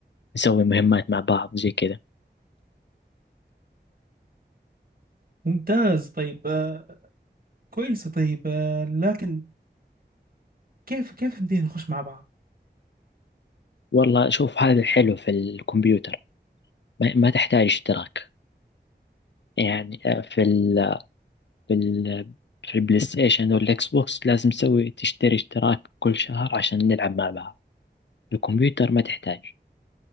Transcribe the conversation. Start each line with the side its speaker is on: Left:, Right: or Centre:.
Left: نسوي مهمات مع بعض زي كذا
Right: ممتاز طيب آه كويس طيب آه لكن كيف كيف بدينا نخش مع بعض
Left: والله شوف هذا الحلو في الكمبيوتر ما, ما تحتاج اشتراك يعني آه، في ال في ال في البلاي ستيشن والإكس بوكس لازم تسوي تشتري اشتراك كل شهر عشان نلعب مع بعض الكمبيوتر ما تحتاج